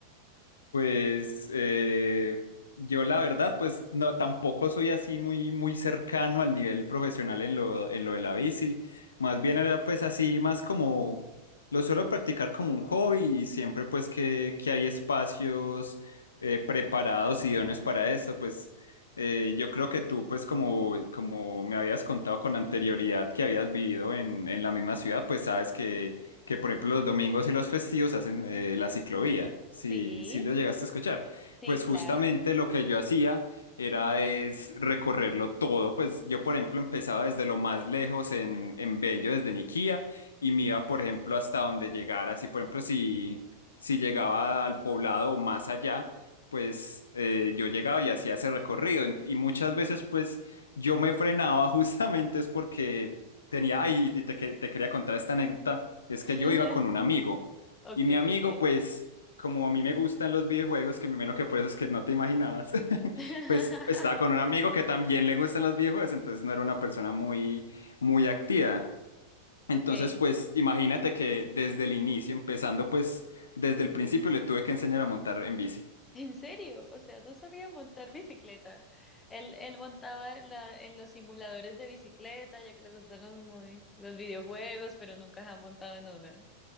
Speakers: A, on the left; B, on the left.
A: Pues eh, yo la verdad, pues no, tampoco soy así muy, muy cercano al nivel profesional en lo, en lo de la bici. Más bien era pues así, más como lo suelo practicar como un hobby y siempre pues que, que hay espacios eh, preparados, idóneos para esto, pues eh, yo creo que tú pues como, como me habías contado con anterioridad que habías vivido en, en la misma ciudad, pues sabes que que por ejemplo los domingos y los festivos hacen eh, la ciclovía, si,
B: Sí,
A: si lo llegaste a escuchar.
B: sí,
A: Pues justamente
B: claro.
A: lo que yo hacía era es recorrerlo todo, pues yo por ejemplo empezaba desde lo más lejos en, en Bello, desde Niquía, y me iba por ejemplo hasta donde llegara, si por ejemplo si, si llegaba al poblado o más allá, pues eh, yo llegaba y hacía ese recorrido, En- y muchas veces pues yo me frenaba <laughs> justamente es porque... Tenía, ay, y te, que- te quería contar esta anécdota es
B: <gasps>
A: que yo iba con un amigo
B: Ok,
A: y mi amigo,
B: ok.
A: pues, como a mí me gustan los videojuegos, que me imagino que por eso es que no te imaginabas, <laughs>
B: <laughs>
A: pues estaba con un amigo que también le gustan los videojuegos, entonces no era una persona muy, muy activa. Entonces,
B: Ok,
A: pues, imagínate que desde el inicio, empezando, pues, desde el principio le tuve que enseñar a montar en bici.
B: ¿En serio? O sea, no sabía montar bicicleta. Él, él montaba la- en los simuladores de bicicleta, ya que le gustan los, muy, los videojuegos, pero nunca se ha montado en una.